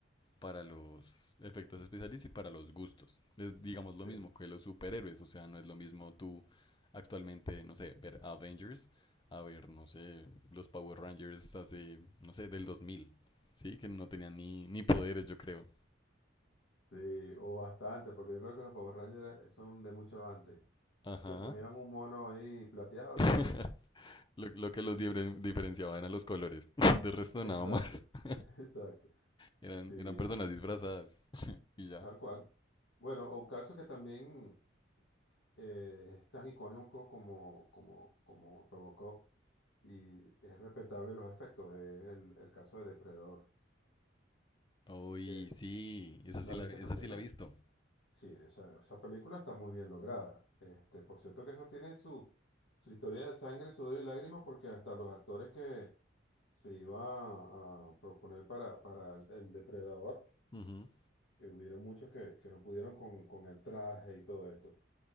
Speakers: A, on the left (about 25°); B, on the left (about 75°).
A: para los efectos especiales y para los gustos. Es, digamos, lo
B: sí,
A: mismo que los superhéroes. O sea, no es lo mismo tú actualmente, no sé, ver Avengers, a ver, no sé, los Power Rangers hace, no sé, del 2000, ¿sí? Que no tenían ni, ni poderes, yo creo.
B: sí, o bastante, porque yo creo que los Power Rangers son de mucho antes.
A: Ajá.
B: Se ponían un mono ahí plateado
A: <laughs>
B: y... t-
A: Lo, lo que los dibre- diferenciaba eran los colores. <laughs> De resto,
B: Exacto,
A: nada más. <laughs>
B: <laughs> exacto.
A: Eran,
B: Sí,
A: eran personas disfrazadas. <laughs> Y ya.
B: Tal cual. Bueno, un caso que también eh, es tan icónico como, como, como Robocop y es respetable los efectos, es el, el caso de Depredador.
A: Uy,
B: Eh,
A: sí, esa
B: ¿La
A: sí
B: viste
A: la, esa
B: también,
A: sí la
B: no?
A: he visto.
B: Sí, esa, esa película está muy bien lograda. Este, por cierto que eso tiene su, su historia de sangre, sudor y lágrimas, porque hasta los actores que se iba a, a proponer para, para el, el depredador,
A: Ujú.
B: eh, hubieron muchos que, que no pudieron con, con el traje y todo esto.